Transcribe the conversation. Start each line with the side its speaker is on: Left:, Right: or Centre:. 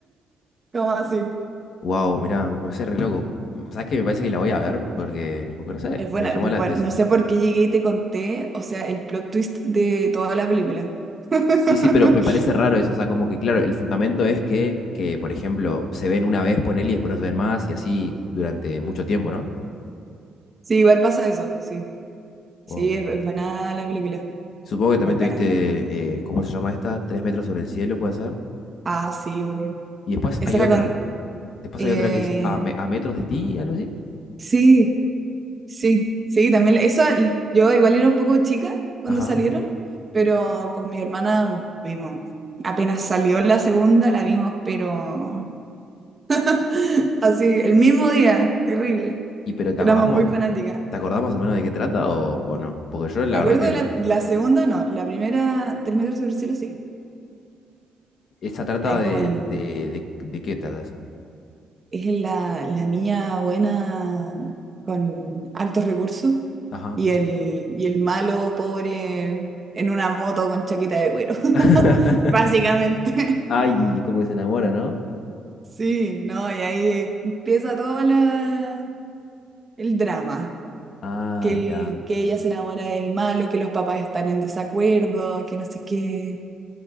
Right: como así.
Left: Wow, mirá, me parece re loco. ¿Sabes qué? Me parece que la voy a ver porque, porque no sé,
Right: Es buena,
Left: me llamó
Right: bueno,
Left: la... es-
Right: no sé por qué llegué y te conté, o sea, el plot twist de toda la película. <laughs>
Left: Sí, sí, pero me parece raro eso. O sea, como que, claro, el fundamento es que, que por ejemplo, se ven una vez, ponele, y después no se ven más y así durante mucho tiempo, ¿no?
Right: Sí, igual pasa eso, sí, sí,
Left: Wow, mirá.
Right: es, es buena la película,
Left: Supongo que también
Right: muy buena.
Left: tuviste, eh, ¿cómo se llama esta? Tres metros sobre el cielo, puede ser.
Right: Ah, sí, obvio.
Left: Y después
Right: Esa
Left: hay otra.
Right: con...
Left: Después
Right: eh,
Left: hay otra que es a, me- a metros de ti, algo así.
Right: Sí, sí, sí, también le- eso, l- yo igual era un poco chica cuando
Left: Ajá.
Right: salieron, pero con mi hermana vimos, apenas salió la segunda, la vimos, pero <laughs> así, el mismo día, terrible,
Left: Y pero ¿te
Right: éramos
Left: acordás, mo-
Right: muy fanáticas.
Left: te acordás más o menos de qué trata o, o no? Porque yo la
Right: Me acuerdo
Left: verdad que
Right: de la, la segunda, no, la primera, Tres metros sobre el cielo, sí,
Left: esa trata
Right: ahí
Left: de,
Right: como el,
Left: de, de, de qué trata esa.
Right: es la, la niña buena con altos recursos
Left: Ajá.
Right: y el, y el malo pobre en una moto con chaqueta de cuero, <laughs>
Left: <laughs>
Right: básicamente.
Left: Ay, y es como que se enamora, ¿no?
Right: Sí, no, y ahí empieza todo la, el drama,
Left: Ah,
Right: que,
Left: mirá.
Right: el- que ella se enamora del malo, que los papás están en desacuerdo, que no sé qué.